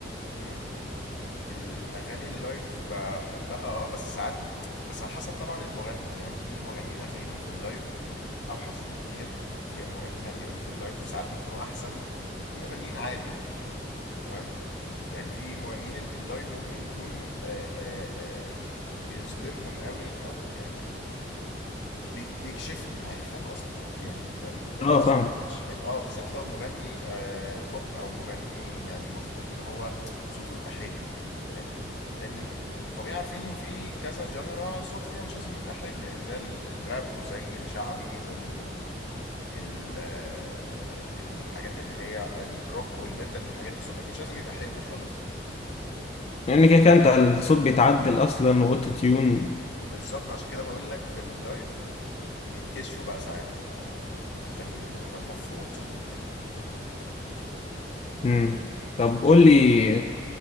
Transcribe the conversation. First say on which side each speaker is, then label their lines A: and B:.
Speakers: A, on the left; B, on the left.
A: امم الاغاني اللايف بحبها اه بس ساعات بس على حسب طبعا المغني يعني في مغنيين هتلاقيهم في اللايف اوحش بكتير في مغنيين هتلاقيهم في اللايف ساعات بيكونوا احسن في مغنيين عادي تمام يعني في مغنيين ال- اللايف ممكن يكون آه، آه، آه، بيظلمهم قوي او يعني بيك بيكشفهم عارف فاهم قصدي يعني انت انت
B: اه
A: صوتك
B: فاهم
A: مش حلو اه بالذات لو مغني آه بوب او مغني يعني المفروض ان هو صوته يبقى حلو فاهم لان طبيعي عارفين ان في كذا جنرا صوت فيها مش لازم يبقى حلو يعني زي ال- الراب وزي الشعبي زي ال ال آه، الحاجات اللي هي الروك والميتال والحاجات دي صوتك مش لازم يبقى حلو خالص
B: لان كده كده انت الصوت بيتعدل اصلا واوتو تيون
A: بالظبط عشان كده بقول لك في اللايف بيتكشفوا بقى ساعات ال- المغنيين اللي هم المفروض صوتهم حلو
B: امم طب قول لي